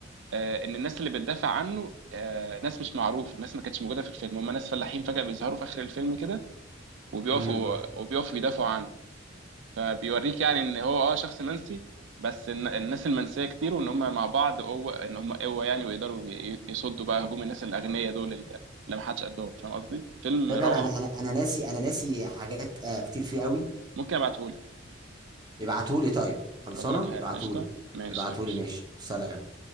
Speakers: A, on the right (about 65°); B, on the right (about 20°).
A: آه ان الناس اللي بتدافع عنه آه ناس مش معروفه ناس ما كانتش موجوده في الفيلم هم ناس فلاحين فجاه بيظهروا في اخر الفيلم كده وبيقفوا
B: اه
A: وبيقفوا يدافعوا عنه فبيوريك يعني ان هو اه شخص منسي بس الن- الناس المنسيه كتير وان هم مع بعض قوه ان هم قوه يعني ويقدروا ي- يصدوا بقى هجوم الناس الاغنياء دول اللي ما حدش قدهم فاهم قصدي؟ فيلم
B: ده
A: روعه
B: ده انا انا انا أنا ناسي انا ناسي حاجات آه كتير فيه قوي
A: ممكن ابعتهولك
B: ابعتهولي طيب خلصانه
A: ابعتهولك حالا
B: ابعتهولي
A: قشطه ماشي
B: ابعتهولي
A: يا باشا
B: ماشي سلام